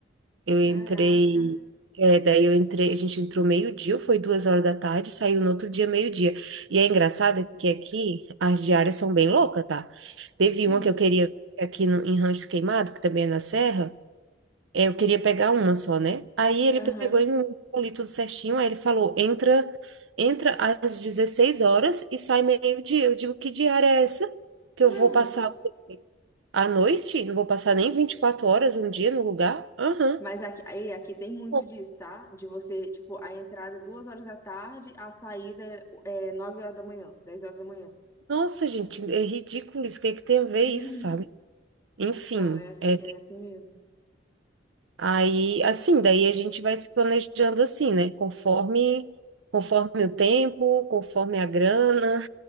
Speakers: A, on the right (about 75°); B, on the left (about 15°).
A: Eu
B: Caraca.
A: entrei, é, daí eu entrei, a gente entrou meio-dia, foi duas horas da tarde, saiu no outro dia meio-dia. E é engraçado que aqui as diárias são bem loucas, tá? Teve
B: Hum,
A: uma que eu queria ver aqui no, em Rancho Queimado, que também é na Serra, é, Eu queria pegar uma só, né? Aí ele
B: aham.
A: pegou e me deu ali tudo certinho. Aí ele falou: entra, entra às 16 horas e sai meio-dia. Eu digo: que diária é essa? Que eu
B: Ué,
A: vou
B: gente.
A: passar a noite? Não vou passar nem 24 horas um dia no lugar? Aham.
B: Mas aqui, aí, aqui tem muito
A: Pô,
B: disso, tá? De você, tipo, a entrada é duas horas da tarde, a saída é é nove horas da manhã, dez horas da manhã.
A: Nossa, gente, é ridículo isso. O que é que tem a ver
B: Uhum.
A: isso, sabe? Enfim,
B: Não, é assim,
A: é, tem-
B: é assim mesmo.
A: aí, assim, daí a gente vai se planejando assim, né? Conforme, conforme o tempo, conforme a grana